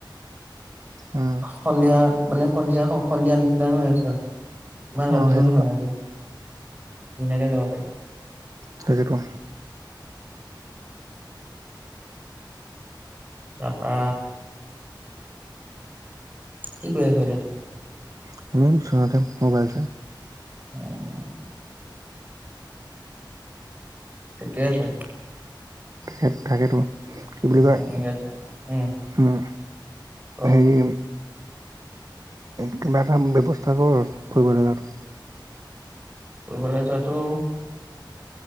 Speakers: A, on the right; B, on the right.
A: উম
B: সন্ধিয়া মানে সন্ধিয়া সন্ধিয়া নিচিনা হৈ আছে ইমান
A: অ
B: ৰাতিও
A: সেইটোতো
B: নহয় আৰু ধুনীয়াকে যাব পাৰি
A: তাকেইটো
B: তা পা কি কৰি আছ এতিয়া
A: <unintelligible> মোবাইল চাই
B: উম ঠিকে আছে
A: তাক তাকেতো কি
B: উম
A: বুলি কয় উম
B: অ
A: হেৰি কিবা এটা ব্যৱস্থা কৰো আৰু ফুৰিব লগাতো
B: ফুৰিবলৈ যোৱাটো